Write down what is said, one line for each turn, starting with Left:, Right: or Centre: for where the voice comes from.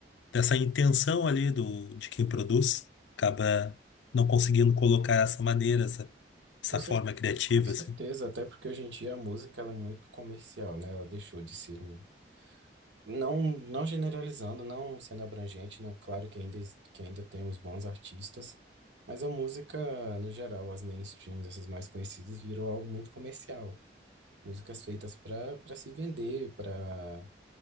Left: dessa intenção ali do, de quem produz, acaba não conseguindo colocar essa maneira, essa, essa
Right: com cer-
Left: forma criativa,
Right: com certeza,
Left: assim.
Right: até porque hoje em dia a música ela é muito comercial, né? Ela deixou de ser um- Não, não generalizando, não sendo abrangente, não, claro que ainda, ex- que ainda temos bons artistas, mas a música, no geral, as mainstreams, essas mais conhecidas, virou algo muito comercial. Músicas feitas para para se vender, para